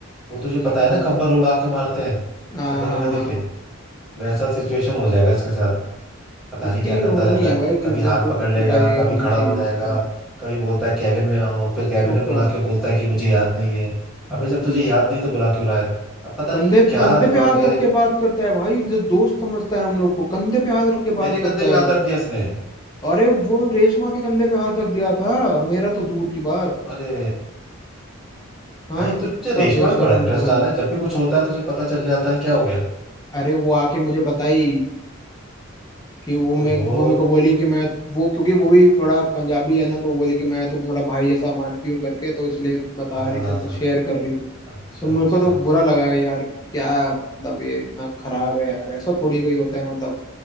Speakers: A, in the centre; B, on the left.
A: वो तुझे
B: हम्म
A: पता है ना कंबल उड़ा के मारते हैं
B: हाँ
A: शक्ल
B: हाँ
A: भी ना दिखे
B: हाँ
A: वैसा सिचुएशन हो जाएगा इसके साथ पता
B: इसकी
A: नहीं क्या करता
B: होनी
A: रहता
B: है
A: है
B: भाई
A: कभी
B: किस
A: हाथ
B: दिन पि-
A: पकड़ लेगा
B: पिटाई
A: कभी
B: होनी
A: खड़ा
B: चाहिए
A: हो जाएगा
B: इसकी
A: कभी बोलता है कैबिन में आओ फिर कैबिन
B: तो
A: में बुला
B: क्या
A: के बोलता है कि मुझे याद नहीं है अबे
B: हम्म,
A: जब तुझे याद नहीं तो बुला क्यों रहा है अब पता
B: कंधे
A: नहीं क्या
B: कंधे
A: दिमाग
B: पे हाथ
A: है
B: रख के बात करता है भाई जो दोस्त समझता है हम लोग को कंधे पे हाथ रख के
A: तेरे
B: बात करता
A: कंधे पे हाथ
B: है
A: रख दिया इसने
B: अरे वो रेशमा के कंधे पे हाथ रख दिया था मेरा तो दूर की बात
A: अरे
B: हाँ
A: भाई
B: इतना
A: तुझे रेशमा
B: बेशरम
A: में बड़ा इंटरेस्ट
B: बूढ़ा
A: आ
B: वो
A: रहा है जब भी कुछ होता है तुझे पता चल जाता है क्या हो गया
B: अरे वो आके मुझे बताई कि वो मैं
A: ओहो
B: वो मेरे को बोली कि मैं वो क्योंकि वो भी थोड़ा पंजाबी है ना तो वो बोली कि मैं तुम्हें थोड़ा भाई जैसा मानती हूँ करके तो इसलिए बता
A: हाँ
B: रही थी तो शेयर कर रही थी
A: अच्छा
B: तो मेरे
A: अच्छा
B: को तो
A: अच्छा
B: बुरा लगा यार क्या मतलब ये इतना खराब है यार ऐसा थोड़ी कोई होता है मतलब